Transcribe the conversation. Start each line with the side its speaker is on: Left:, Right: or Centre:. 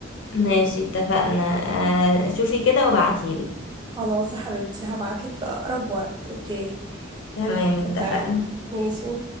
Left: ماشي اتفقنا آه، شوفي كده وابعتيلي
Right: خلاص يا حبيبتي هبعتلك في اقرب وقت اوكي
Left: تمام اتفقنا
Right: اتفقنا ماشي